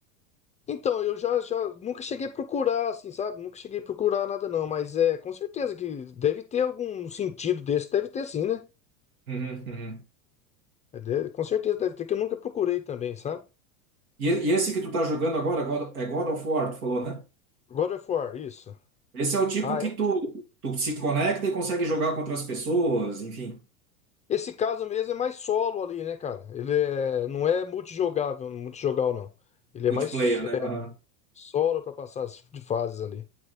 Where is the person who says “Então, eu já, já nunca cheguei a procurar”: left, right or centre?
Left